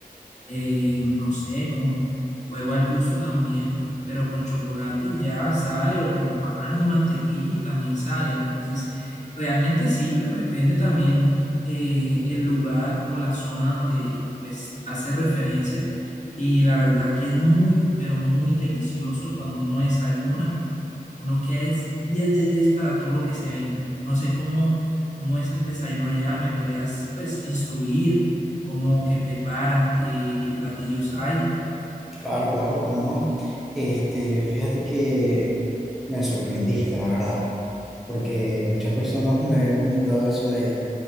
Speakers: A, on the left; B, in the centre.
A: eh, no sé, como huevo al gusto también, pero con chocolate y ya sale, o con pan y mantequilla y también sale. Entonces, realmente sí, pero depende también eh, el lugar o la zona donde pues hace referencias. Y la verdad que es muy, pero muy delicioso cuando uno desayuna uno queda es 10 de 10 para todo lo que se venga. No sé cómo, cómo es el desayuno allá, me podrías pues instruir cómo que preparan, qué, qué platillos hay.
B: Claro, claro, cómo no. Este, fíjate que me sorprendiste, la verdad, porque muchas personas me habían comentado eso de allá,